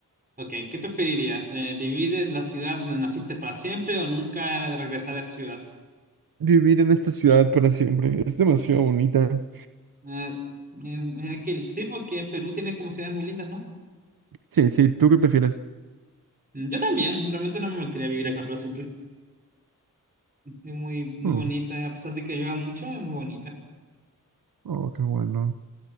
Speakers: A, on the right; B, on the right.
A: Ok, ¿qué preferirías? Eh, ¿vivir en la ciudad donde naciste para siempre o nunca regresar a esa ciudad?
B: Vivir en esta ciudad para siempre. Es demasiado bonita.
A: Ah, eh, eh, que- sí, porque Perú tiene como ciudades muy lindas, ¿no?
B: Sí, sí, ¿tú qué prefieres?
A: Mm, Yo también, realmente no me gustaría vivir acá para siempre. Es muy, muy
B: Hmm,
A: bonita, a pesar de que llueva mucho, es muy bonita.
B: Oh, qué bueno.